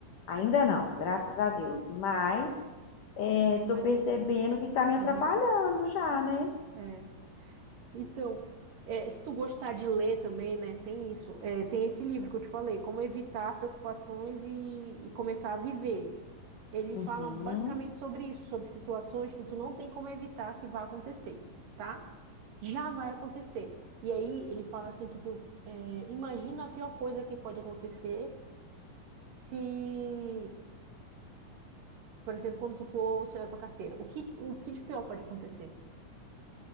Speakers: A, on the left; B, on the right.
A: Ainda não, graças a Deus. Mas é, tô
B: mas,
A: percebendo
B: é-
A: que tá me atrapalhando
B: uhum,
A: já, né?
B: é. Então, é, se tu gostar de ler também, né, tem isso, É, tem esse livro que eu te falei, Como Evitar Preocupações e, e Começar a Viver. Ele
A: Uhum.
B: fala basicamente sobre isso, sobre situações que tu não tem como evitar que vá acontecer, tá? Já vai acontecer. E aí ele fala assim que tu eh, imagina a pior coisa que pode acontecer se, por exemplo, quando tu for tirar tua carteira. O que, o que de pior pode acontecer?